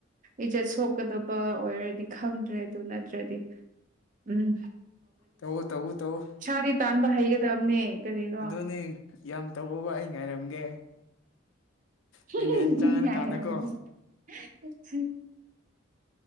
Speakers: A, on the right; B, on the left.
A: ꯏꯖꯠ ꯁꯣꯛꯀꯗꯕ ꯑꯣꯏꯔꯗꯤ ꯈꯪꯗ꯭ꯔꯦ ꯑꯗꯨ ꯅꯠꯇ꯭ꯔꯗꯤ ꯎꯝ
B: ꯇꯧꯋꯣ ꯇꯧꯋꯣ ꯇꯧꯋꯣ꯫
A: ꯄꯩꯁꯥꯗꯤ ꯇꯥꯟꯕ ꯍꯩꯒꯗꯕꯅꯦ ꯀꯔꯤꯔꯣ꯫
B: ꯑꯗꯨꯅꯦ ꯌꯥꯝ ꯇꯧꯋꯣꯕ ꯑꯩ ꯉꯥꯏꯔꯝꯒꯦ
A: <unintelligible>
B: ꯄꯦꯃꯦꯟ ꯆꯪꯉꯀꯥꯟꯗꯀꯣ